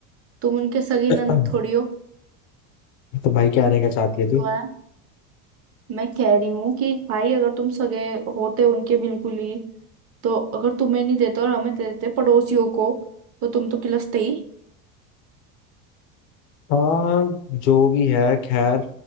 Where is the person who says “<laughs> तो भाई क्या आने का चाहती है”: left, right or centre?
Left